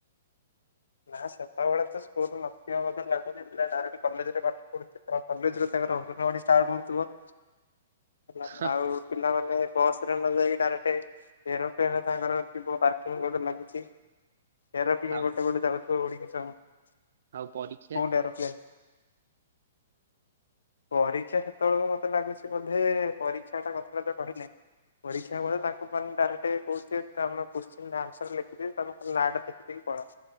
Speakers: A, on the left; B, on the right.
A: ନା ସେତେବେଳେ ତ ସ୍କୁଲ୍ ନଥିବା <unintelligible> ଲାଗୁଚି ପିଲା ଡାଇରେକ୍ଟ କଲେଜ୍ ରେ ପାଠ ପଢୁଛି। ଏ ପୁରା କଲେଜ୍ ରୁ ତାଙ୍କର ଅଙ୍ଗନବାଡି ଷ୍ଟାର୍ଟ ହଉଥିବ। ହେଲା
B: ହା,
A: ଆଉ ପିଲାମାନେ ବସ୍ ରେ ନ ଯାଇକି ଡାଇରେକ୍ଟେ ଏରୋପ୍ଲେନ୍ ର ତାଙ୍କର ଥିବ ପାର୍କିଂ ବୋଧେ ଲାଗୁଛି। ଏରୋପ୍ଲେନ୍
B: ଆଉ
A: ଗୋଟେ ଗୋଟେ ଯାଉଥିବ ଉଡିକି ସବୁ ସ୍କୁଲ୍
B: ଆଉ ପରୀକ୍ଷା
A: ଏରୋପ୍ଲେନ୍। ପରୀକ୍ଷା ସେତେବେଳକୁ ମୋତେ ଲାଗୁଛି ବୋଧେ ପରୀକ୍ଷାଟା କଥାବାର୍ତ୍ତା କହିଲେ ପରୀକ୍ଷା ବଳେ ତାଙ୍କୁ ମାନ ଡାଇରେକ୍ଟେ କହୁଥିବେ ତ ଆମେ କୁଶ୍ଚେନ ଆନ୍ସର ଲେଖିେ ଦେବି ତୋମେ ଖାଲି ନାଁଟା ଲେଖି ଦେଇ ପଳ।